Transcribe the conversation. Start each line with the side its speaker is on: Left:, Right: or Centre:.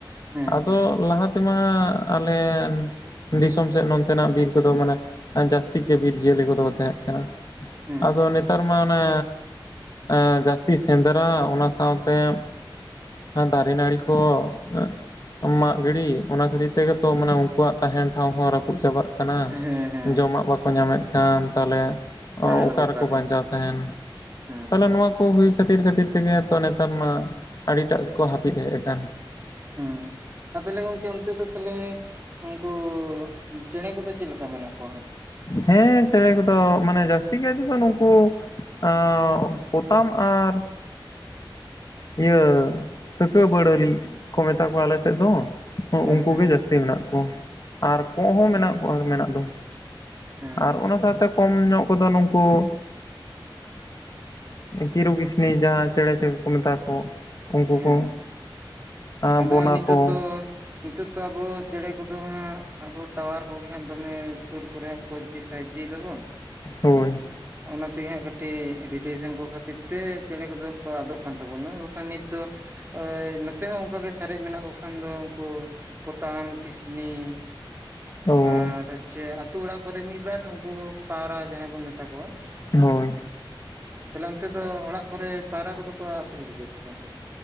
Right: ᱦᱮᱸ
Left: ᱟᱫᱚ
Right: ᱦᱮᱸ
Left: ᱞᱟᱦᱟ ᱛᱮᱢᱟ ᱟᱞᱮᱱ ᱫᱤᱥᱚᱢ ᱥᱮᱫ ᱱᱚᱱᱛᱮ ᱱᱟᱜ ᱵᱤᱨ ᱠᱚᱫᱚ ᱢᱟᱱᱮ ᱡᱟᱹᱥᱛᱤ ᱪᱮ ᱵᱤᱨ ᱡᱤᱭᱟᱹᱞᱤ ᱠᱚᱫᱚ ᱠᱚ ᱛᱟᱦᱮᱸᱫ ᱠᱟᱱᱟ᱾
Right: ᱦᱮᱸ
Left: ᱟᱫᱚ ᱱᱮᱛᱟᱨ ᱢᱟ ᱚᱱᱮ ᱮᱸ ᱡᱟᱹᱥᱛᱤ ᱥᱮᱸᱫᱽᱨᱟ ᱚᱱᱟ ᱥᱟᱶᱛᱮᱢ ᱟᱨ ᱰᱟᱨᱮ ᱱᱟᱹᱲᱤ ᱠᱚ, ᱮᱸ ᱢᱟᱜ ᱜᱤᱰᱤ, ᱚᱱᱟ ᱠᱷᱟᱹᱛᱤᱨ ᱛᱮᱜᱮ ᱛᱚ ᱢᱟᱱᱮ ᱩᱱᱠᱩᱣᱟᱜ ᱛᱟᱦᱮᱸᱱ ᱴᱷᱟᱶ ᱦᱚᱸ ᱨᱟᱹᱯᱩᱫ ᱪᱟᱵᱟᱜ ᱠᱟᱱᱟ
Right: ᱦᱮᱸ ᱦᱮᱸ
Left: ᱡᱚᱢᱟᱜ ᱵᱟᱠᱚ ᱧᱟᱢᱮᱫ ᱠᱷᱟᱱ ᱛᱟᱦᱞᱮ᱾
Right: ᱛᱟᱦᱮᱱᱟᱠᱚ
Left: ᱚᱠᱟ
Right: ᱚᱠᱟᱨᱮ
Left: ᱨᱮᱠᱚ ᱵᱟᱧᱪᱟᱣ ᱛᱟᱦᱮᱱ
Right: ᱦᱮᱸ
Left: ᱛᱟᱦᱚᱞᱮ ᱱᱚᱣᱟ ᱠᱚ ᱦᱩᱭ ᱠᱷᱟᱹᱛᱤᱨ ᱠᱷᱟᱹᱛᱤᱨ ᱛᱮᱜᱮᱼᱼ ᱛᱚ ᱱᱮᱛᱟᱨ ᱢᱟ ᱟᱹᱰᱤᱴᱟᱜ ᱜᱮᱠᱚ ᱦᱟᱹᱯᱤᱫ ᱦᱮᱡ ᱟᱠᱟᱱᱼᱼ
Right: ᱦᱩᱸ ᱟᱨ ᱛᱟᱦᱚᱞᱮ ᱜᱚᱝᱠᱮ ᱚᱱᱛᱮ ᱫᱚ ᱛᱟᱦᱚᱞᱮ ᱩᱱᱩᱠᱩ ᱪᱮᱬᱮ ᱠᱚᱫᱚ ᱪᱮᱫ ᱞᱮᱠᱟ ᱢᱮᱱᱟᱜ ᱠᱚᱣᱟ ᱦᱟᱸᱜ?
Left: ᱦᱮᱸ ᱪᱮᱬᱮ ᱠᱚᱫᱚ ᱢᱟᱱᱮ ᱡᱟᱹᱥᱛᱤ ᱠᱟᱭ ᱛᱮᱫᱚ ᱱᱩᱝᱠᱩᱼᱼ <inaudible> ᱯᱚᱛᱟᱢ ᱟᱨ ᱤᱭᱟᱹ ᱠᱷᱟᱹᱠᱟᱹ ᱵᱟᱹᱲᱟᱹᱞᱤ ᱠᱚ ᱢᱮᱛᱟ ᱠᱚᱣᱟ ᱟᱞᱮ ᱥᱮᱫ ᱫᱚ᱾ ᱩᱱᱠᱩ
Right: ᱦᱟᱸᱜ ᱦᱮᱸ
Left: ᱜᱮ
Right: ᱦᱮᱸ
Left: ᱡᱟᱹᱥᱛᱤ ᱢᱮᱱᱟᱜ ᱠᱚᱣᱟ ᱟᱨ ᱠᱚᱸᱜ ᱦᱚᱸ ᱢᱮᱱᱟᱜ ᱠᱚᱣᱟ ᱢᱮᱱᱟᱜ ᱫᱚ᱾
Right: ᱦᱮᱸ
Left: ᱟᱨ ᱚᱱᱟ ᱥᱟᱶᱛᱮ ᱠᱚᱢ ᱧᱚᱜ ᱩᱱᱚᱫᱚ ᱱᱩᱝᱠᱩ ᱪᱤᱨᱩ ᱠᱤᱥᱱᱤ ᱡᱟᱦᱟᱸ ᱪᱮᱬᱮ <unintelligible> ᱢᱮᱛᱟ ᱠᱚ ᱩᱱᱠᱩ
Right: ᱦᱮᱸ
Left: ᱠᱚ ᱟᱸ
Right: ᱟᱫᱚ
Left: ᱵᱚᱱᱟ
Right: ᱦᱟᱸᱜ ᱱᱤᱛᱚᱜ
Left: ᱠᱚ
Right: ᱛᱚ᱾ ᱱᱤᱛᱚᱜ ᱫᱚ ᱟᱵᱚ ᱪᱮᱬᱮ ᱠᱚᱫᱚ ᱦᱟᱸᱜ ᱟᱵᱚ ᱴᱟᱣᱟᱨ ᱠᱚᱜᱮ ᱦᱟᱸᱜ ᱫᱚᱢᱮ ᱥᱩᱨ ᱠᱚᱨᱮᱼᱼ ᱯᱷᱳᱨ ᱡᱤ ᱯᱷᱟᱭᱵ ᱡᱤ ᱫᱟᱵᱚᱱ᱾
Left: ᱦᱳᱭ
Right: ᱚᱱᱟ ᱛᱮᱜᱮ ᱦᱟᱸᱜ ᱠᱟᱹᱴᱤᱡ ᱨᱮᱰᱤᱭᱮᱥᱚᱱ ᱠᱚ ᱠᱷᱟᱹᱛᱤᱨ ᱛᱮ ᱪᱮᱬᱮ ᱠᱚᱫᱚ ᱠᱚ ᱟᱫᱚᱜ ᱠᱟᱱ ᱛᱟᱵᱚᱱᱟ ᱵᱟᱠᱷᱟᱱ ᱱᱤᱛ ᱫᱚ᱾ ᱚᱭ ᱱᱚᱛᱮ ᱦᱚᱸ ᱚᱱᱠᱟ ᱜᱮ ᱥᱟᱨᱮᱡ ᱢᱮᱱᱟᱜ ᱠᱚ ᱠᱷᱟᱱ ᱫᱚ ᱩᱱᱠᱩ ᱯᱚᱛᱟᱢ ᱠᱤᱥᱱᱤᱼᱼ
Left: ᱚ
Right: ᱟᱨ ᱪᱮ ᱟᱛᱳ ᱚᱲᱟᱜ ᱠᱚᱨᱮ ᱢᱤᱫᱵᱟᱨ ᱩᱱᱠᱩ ᱯᱟᱣᱨᱟ ᱡᱟᱦᱟᱸᱭ ᱵᱚᱱ ᱢᱮᱛᱟ ᱠᱚᱣᱟ᱾
Left: ᱦᱳᱭ
Right: ᱛᱟᱦᱚᱞᱮ ᱚᱱᱛᱮ ᱫᱚ ᱚᱲᱟᱜ ᱠᱚᱨᱮ ᱯᱟᱭᱨᱟ ᱠᱚᱫᱚ ᱠᱚ ᱟᱹᱥᱩᱞ ᱠᱚᱜᱮᱭᱟ ᱥᱮ ᱵᱟᱝᱼᱼ